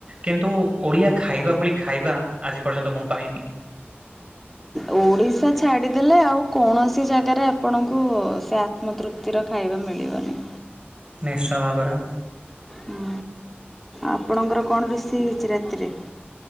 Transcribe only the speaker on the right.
କିନ୍ତୁ ଓଡିଆ ଖାଇବା ଭଳି ଖାଇବା ଆଜି ପର୍ଯ୍ୟନ୍ତ ମୁଁ ପାଇନି।
ନିଶ ଭାବର